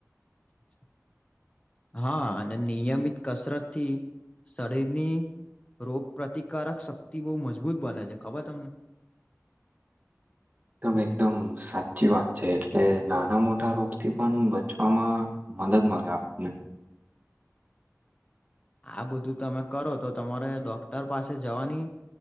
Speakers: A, on the left; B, on the right.
A: <inaudible> હા અને નિયમિત કસરત થી શરીરની રોગ પ્ર્રતિકારક શક્તિ બહુ મજબૂત બને છે, ખબર તમને
B: એકદમ એકદમ સાચી વાત છે, એટલે નાના મોટા રોગથી પણ બચવામાં મદદ મગે આપને
A: આ બધું તમે કરો તો તમારે ડોક્ટર પાસે જવાની